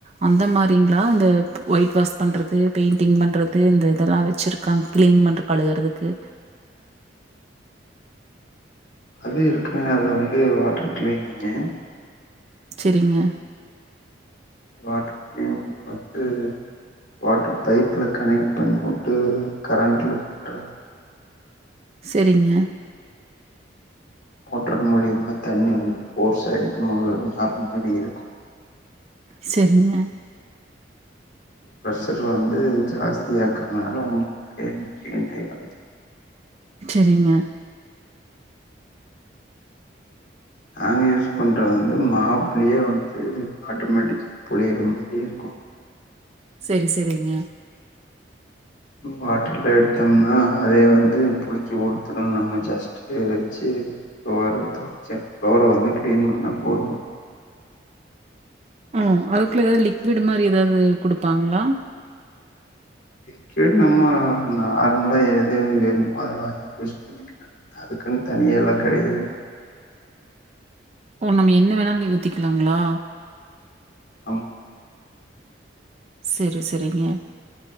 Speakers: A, on the right (about 35°); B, on the left (about 75°).
A: அந்த மாரிங்ளா இந்தப் ஒயிட் வாஸ் பண்றது பெய்ண்டிங் பண்றது இந்த இதெல்லா வை ச்சிருக்காங் க்ளீன் மற்று கழுகுறதுக்கு
B: அது இருக்க அது வந்து வாட்டர் க்ளீனிங்கே
A: ச்செரிங்க
B: வாட்டர் க்ளீன் பத்து வாட்டர் பைப்ல கனக் பண்ணிவுட்டு கரண்ட் லுக் ட்ரா
A: செரிங்க
B: மோட்டர் மூலியமா தண்ணி வந்து ஃபோர்ஸா அடிக்கு மாங்க மேப் மாரி இருக்கு
A: செரிங்க
B: ப்ரஷர் வந்து ஜாஸ்தியா இருக்கற்னாலோம் என்கு க்ளீ <inaudible>
A: ச்சரிங்க
B: நாங்க யூஸ் பண்றது வந்து மாப்ளியே வந்து ஆட்டோமேட்டிக்கு புளிற மாதியே இருக்கு
A: சரி சரிங்க
B: ஹு வாட்டர்ல எடுத்தம்னா அதே வந்து புளிஜ்ஜு ஊத்துணு நம்ம ஜாஸ் ஏ வெச்சு ஃப்ளோர தொடச்ச ஃப்ளோர வந்து க்ளீன் பண்ணா போது
A: உ அதுக்குள்ள ஏதாவ் லிக்விடு மாரி ஏதாவ்து குடுப்பாங்ளா
B: லிக்யூட் நம்மா நார்மலா எழதேவி யென் பரவாலி வெஸ்ட் <inaudible> அதுக்குன் தனியாளா கடையாது
A: ஓ நம் என்ன வேணாலு ந்யு ஊத்திக்லாங்ளா
B: அம்மா
A: சரி சரிங்க